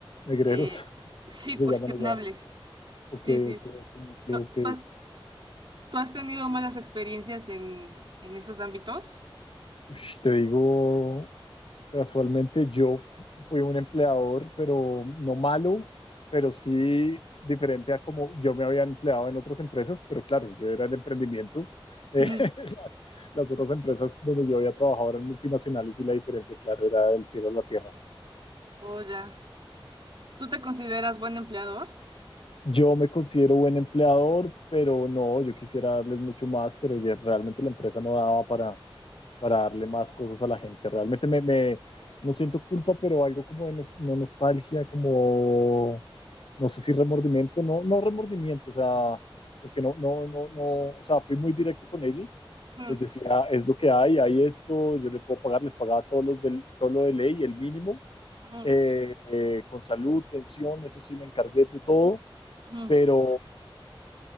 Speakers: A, on the left (about 70°); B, on the right (about 55°).
A: Negreros,
B: eh,
A: <laughs>
B: sí,
A: se
B: cuestionables.
A: llaman allá. Ok,
B: Sí, sí.
A: ok, ok, ok,
B: ¿Tú,
A: ok.
B: tú has tú has tenido malas experiencias en, en esos ámbitos?
A: Ush, Te digo, casualmente yo fu- fui un empleador, pero no malo, pero sí diferente a como yo me había empleado en otras empresas, pero claro, yo era el emprendimiento. Eh,
B: Ujú.
A: <laughs> las, las otras empresas donde yo había trabajado eran multinacionales y la diferencia, claro, era del cielo a la tierra.
B: Oh, ya. ¿Tú te consideras buen empleador?
A: Yo me considero buen empleador, pero no, yo quisiera darles mucho más, pero ya realmente la empresa no daba para... para darle más cosas a la gente. Realmente me, me- no siento culpa, pero algo como de nos- no nostalgia, como no sé si remordimiento, no, no remordimiento, o sea, porque no, no, no, no, o sea, fui muy directo con ellos.
B: Ujú,
A: Les decía, es lo que hay, hay esto, yo le puedo pagar, les pagaba todos los del, todo lo de ley, el mínimo,
B: ujú,
A: eh, eh, con salud, pensión, eso sí me encargué de todo,
B: ujú.
A: pero